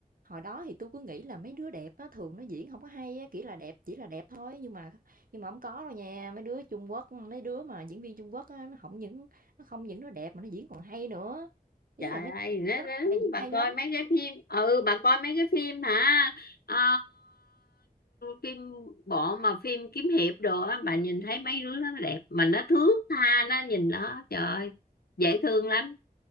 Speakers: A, on the right; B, on the left.
A: hồi đó thì tôi cứ nghĩ là mấy đứa đẹp á, thường nó diễn không có hay á, kiểu là đẹp chỉ là đẹp thôi, nhưng mà nhưng mà không có đâu nha, mấy đứa Trung Quốc, mấy đứa mà diễn viên Trung Quốc á, nó không những nó không những nó đẹp mà nó diễn còn hay nữa. Ý
B: trời
A: là mấy
B: ơi nó-
A: lớp
B: nó-
A: hay diễn
B: bà
A: hay
B: coi
A: lắm.
B: mấy cái phim ừ bà coi mấy cái phim hả Ờ, phim bộ mà phim kiếm hiệp đồ á bà nhìn thấy mấy đứa nó đẹp mà nó thước tha nó nhìn nó trời ơi, dễ thương lắm